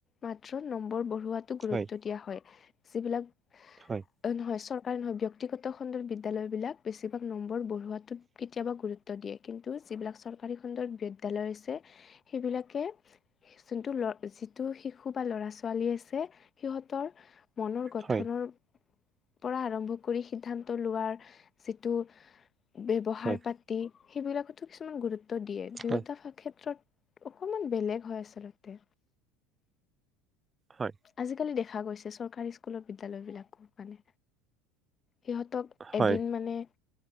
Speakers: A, on the left; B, on the right.
A: মাত্ৰ নম্বৰ বহুত ৱাতো গুৰুত্ব
B: হয়
A: দিয়া হয় যিবিলাক
B: হয়
A: অ নহয় চৰ কাৰণ ব্যক্তিগত খণ্ডৰ বিদ্যালয়বিলাক বেছিভাগ নম্বৰ বঢ়োৱাটোত কেতিয়াবা গুৰুত্ব দিয়ে। কিন্তু যিবিলাক চৰকাৰী খণ্ডত বিদ্যালয় আছে, সেইবিলাকে যোনটো ল যিটো শিশু বা ল'ৰা ছোৱালী আছে সিহঁতৰ মনৰ গঠনৰ
B: হয়
A: পৰা আৰম্ভ কৰি সিদ্ধান্ত লোৱা যিটো ব্যৱহাৰ
B: হয়
A: পাতি সেইবিলাকতো কিছমান গুৰুত্ব। দিয়ে দুয়োটা
B: হয়
A: ভ ক্ষেত্ৰত। অকমান বেলেগ হয় আচলতে!
B: হয়
A: আজিকালি দেখ খা গৈছে চৰকাৰী স্কুলৰ বিদ্যালয়বিলাকো মানে। সিহঁতক
B: হয়
A: এদিন মানে।